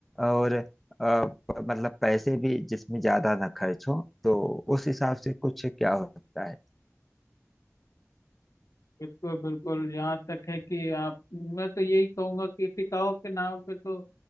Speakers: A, in the centre; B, on the left.
A: और अ, मतलब पैसे भी जिसमें ज्यादा ना खर्च हो तो उस हिसाब से कुछ क्या होता है
B: बिल्कुल बिल्कुल यहाँ तक है कि आप मैं तो यही कहूंगा कि टिकाऊ के नाम पे तो